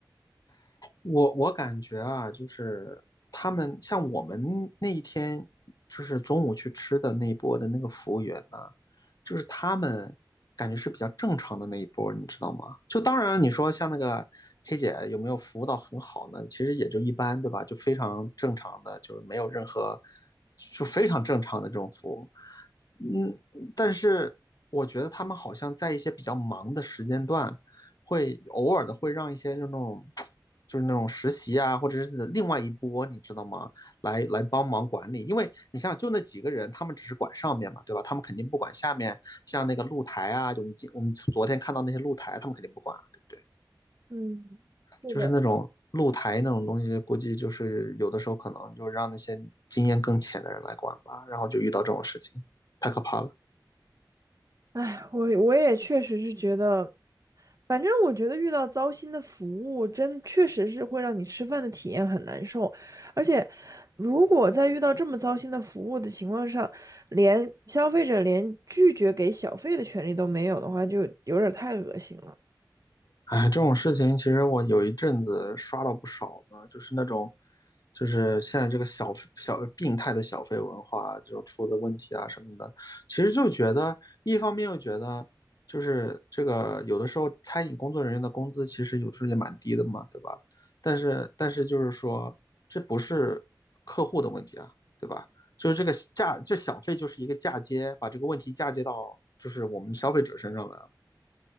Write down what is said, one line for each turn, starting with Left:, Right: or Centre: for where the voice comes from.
Left: 我我感觉啊，就是他们像我们那一天就是中午去吃的那一波的那个服务员呢，就是他们感觉是比较正常的那一波，你知道吗？就当然你说像那个黑姐有没有服务到很好呢？其实也就一般，对吧？就非常正常的，就是没有任何。就非常正常的这种服务，嗯，但是我觉得他们好像在一些比较忙的时间段，会偶尔的会让一些就那种，就是那种实习啊，或者是另外一波，你知道吗？来来帮忙管理，因为你想想，就那几个人，他们只是管上面嘛，对吧？他们肯定不管下面，像那个露台啊，就我们今我们昨天看到那些露台，他们肯定不管啊，对不对？
Right: 嗯，是的。
Left: 就是那种露台那种东西，估计就是有的时候可能就让那些经验更浅的人来管吧，然后就遇到这种事情，太可怕了。
Right: 哎，我我也确实是觉得，反正我觉得遇到糟心的服务，真确实是会让你吃饭的体验很难受。而且，如果在遇到这么糟心的服务的情况上，连消费者连拒绝给小费的权利都没有的话，就有点儿太恶心了。
Left: 哎，这种事情其实我有一阵子刷了不少呢，就是那种，就是现在这个小小病态的小费文化，这种出的问题啊什么的，其实就觉得一方面又觉得，就是这个有的时候餐饮工作人员的工资其实有时候也蛮低的嘛，对吧？但是但是就是说，这不是客户的问题啊，对吧？就是这个嫁这小费就是一个嫁接，把这个问题嫁接到就是我们消费者身上来了，